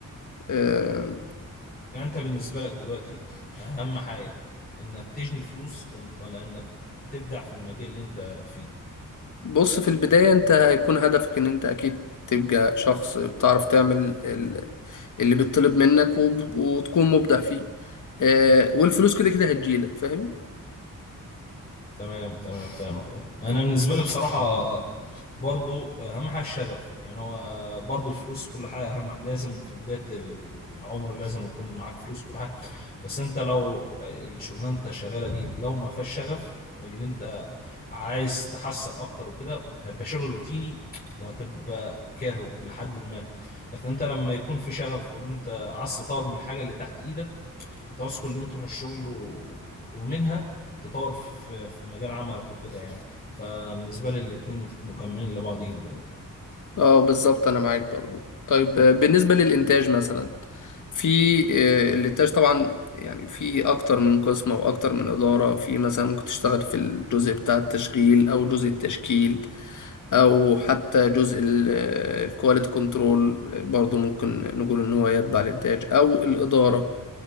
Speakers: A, on the left; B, on the left.
A: آه،
B: يعني انت بالنسبه لك دلوقتي اهم حاجه انك تجني فلوس ون- ولا انك تبدع في المجال اللي انت فيه
A: بص في البداية أنت هيكون هدفك إن أنت أكيد تبقى شخص بتعرف تعمل ال- اللي بيطلب منك وب- وتكون مبدع فيه آه، والفلوس كده كده هتجيلك فاهم
B: تمام تمام فاهمك انا بالنسبه لي بصراحه برضو اهم حاجه الشغف يعني هو برضو الفلوس كل حاجه اهم لازم في بدايه العمر لازم يكون معاك فلوس كل حاجه بس انت لو الشغلانه انت شغاله دي لو ما فيهاش شغف اللي انت عايز تحسن اكتر وكده هيبقى شغل روتيني وهتبقى كارهه لحد ما لكن انت لما يكون في شغف وان انت عايز تطور من الحاجه اللي تحت ايدك هتعوز كل يوم تروح الشغل و... ومنها تطور في في مجال عملك وكده يعني فبالنسبة لي الاتنين مكملين لبعض جدا يعني
A: اه بالظبط انا معاك برضو طيب آه، بالنسبة للإنتاج مثلا في آه، الإنتاج طبعا يعني في أكتر من قسم أو أكتر من إدارة في مثلا ممكن تشتغل في الجزء بتاع التشغيل أو جزء التشكيل أو حتى جزء الكواليتي كنترول برضو ممكن نقول إن هو يتبع الإنتاج أو الإدارة